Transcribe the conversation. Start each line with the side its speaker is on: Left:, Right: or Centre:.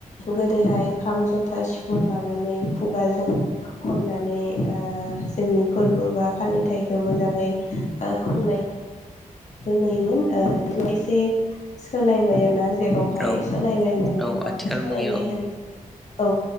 Left: गोदोहाय खाम जथा सिफुं लानानै खुगाजों हमनानै ओ जोंनि फोर्बो बा फालिथाइखो मोजाङै ओ खुं नायखो नुयोमोन ओ बेखौ एसे सोलायबाय आ ना जेरावहाय
Centre: औ
Left: सोलायबाय माने
Centre: औ
Left: माखो
Centre: आथिखाल
Left: सोलायनाय
Centre: मुगायाव औ
Left: होनख औ